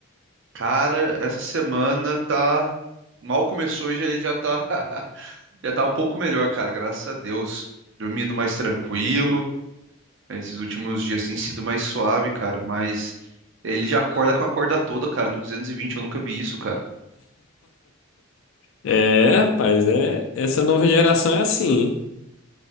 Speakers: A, on the right (about 55°); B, on the left (about 65°).
A: Cara, essa semana tá. Mal começou e já, ele já tá... <laughs> já tá um pouco melhor, cara, graças a Deus. Dormindo mais tranquilo. Esses últimos dias tem sido mais suave, cara, mas ele já acorda com a corda toda, cara, no 220 eu nunca vi isso, cara.
B: É, rapaz, é, essa nova geração é assim, hein?